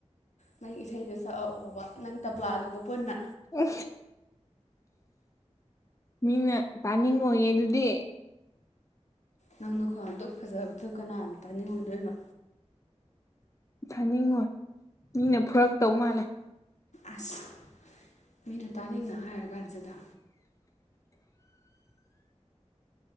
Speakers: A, on the left (about 85°); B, on the left (about 25°).
A: ꯅꯪ ꯏꯁꯩꯗꯨ ꯁꯛꯑꯑꯣꯕ ꯅꯪ ꯇꯞꯂꯥꯗꯨꯒ ꯄꯨꯟꯅ
B: ꯎ ꯃꯤꯅ ꯀꯥꯅꯤꯡꯉꯣꯏꯌꯦ ꯑꯗꯨꯗꯤ
A: ꯅꯪꯅ ꯈ꯭ꯋꯥ ꯑꯗꯨꯣꯛ ꯐꯖꯕꯗꯨ ꯀꯅꯥꯅ ꯄꯥꯅꯤꯡꯉꯣꯏꯗꯣꯏꯅꯣ
B: ꯆꯥꯅꯤꯡꯉꯣꯏ ꯃꯤꯅ ꯐꯨꯔꯛꯇꯧ ꯃꯥꯜꯂꯦ
A: ꯑꯁ ꯃꯤꯅ ꯇꯥꯅꯤꯡꯅ ꯍꯥꯏꯔ ꯀꯥꯟꯁꯤꯗ